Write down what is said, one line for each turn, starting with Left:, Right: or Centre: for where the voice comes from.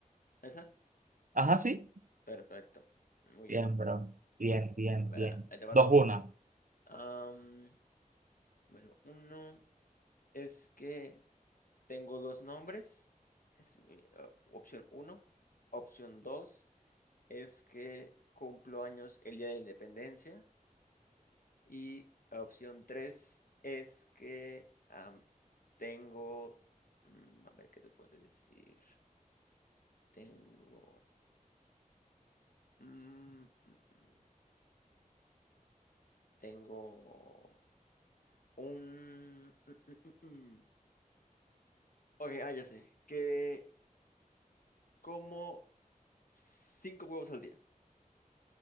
Left: ¿Esa?
Right: Ajá, sí.
Left: Perfecto. Muy
Right: Bien,
Left: bien.
Right: bro. Bien, bien,
Left: A ver,
Right: bien.
Left: ah, ahí te va
Right: Dos,
Left: la mía.
Right: una.
Left: Am, número uno es que tengo dos nombres. Es mi, eh, opción uno. Opción dos es que cumplo años el día de la independencia. Y opción 3 es que am, tengo, mm, a ver qué te puedo decir. Tengo, mm, mm, mm, tengo un, mm, mm, mm, mm. Ok, ah, ya sé, que como cinco huevos al día.